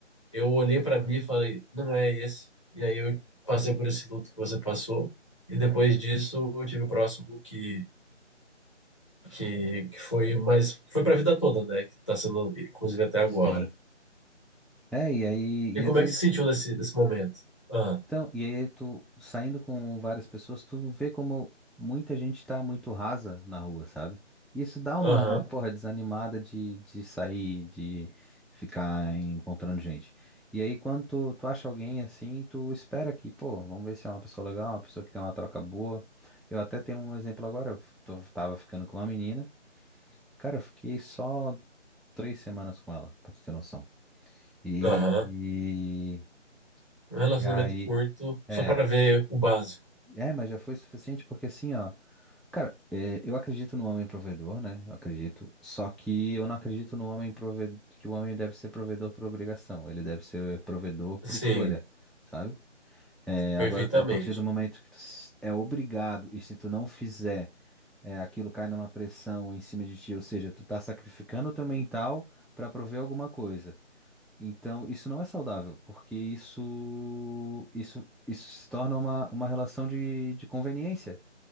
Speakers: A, on the left; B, in the centre.
A: Eu olhei pra mim e falei, não é esse. E aí eu passei por esse luto que você passou. E depois disso eu tive o próximo que que, que foi mais foi pra vida toda, né? Que tá sendo inclusive até agora.
B: Sim. É, e aí,
A: E
B: e
A: como
B: às vezes,
A: é que se sentiu nesse nesse momento? Ah,
B: então, e aí tu saindo com várias pessoas, tu vê como muita gente tá muito rasa na rua, sabe? E Isso dá
A: aham,
B: uma, porra, desanimada de, de sair, de ficar encontrando gente. E aí, quando tu, tu acha alguém assim, tu espera que, pô, vamos ver se é uma pessoa legal, uma pessoa que tem uma troca boa. Eu até tenho um exemplo agora, eu f- tô- tava ficando com uma menina, cara, eu fiquei só três semanas com ela, pra tu ter noção. E,
A: aham. Um relacionamento
B: e, e aí.
A: curto
B: É,
A: só para ver o básico.
B: É, mas já foi suficiente porque assim, ó. Cara, é, eu acredito no homem provedor, né? Eu acredito. Só que eu não acredito no homem provedor, que o homem deve ser provedor por obrigação. Ele deve ser provedor por
A: Sim,
B: escolha, sabe? É,
A: perfeitamente.
B: agora, a partir do momento que tu s- é obrigado e se tu não fizer, é, aquilo cai numa pressão em cima de ti, ou seja, tu tá sacrificando o teu mental pra prover alguma coisa. Então, isso não é saudável, porque isso, isso, isso se torna uma, uma relação de, de conveniência.